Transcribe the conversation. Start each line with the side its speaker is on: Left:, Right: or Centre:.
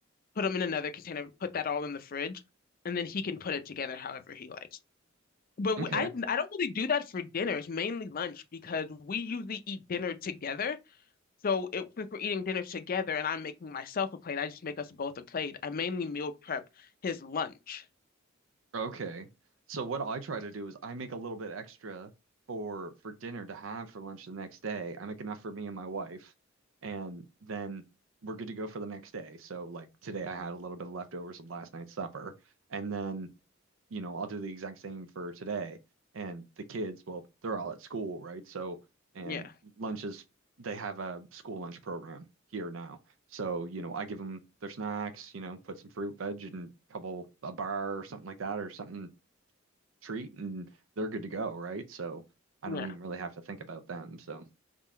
Left: put them in another container, put that all in the fridge, and then he can put it together however he likes. But we,
Right: Okay.
Left: I I don't really do that for dinners, mainly lunch because we usually eat dinner together. So it, since we're eating dinner together and I'm making myself a plate, I just make us both a plate. I mainly meal prep his lunch.
Right: Okay. So what I try to do is I make a little bit extra for for dinner to have for lunch the next day. I make enough for me and my wife, and then we're good to go for the next day. So like today I had a little bit of leftovers of last night's supper, and then you know, I'll do the exact same for today. And the kids, well, they're all at school, right? So, and
Left: Yeah,
Right: lunches, they have a school lunch program here now. So, you know, I give them their snacks, you know, put some fruit, veg, and a couple, a bar or something like that, or something treat, and they're good to go, right? So I
Left: yeah.
Right: don't even really have to think about them. So,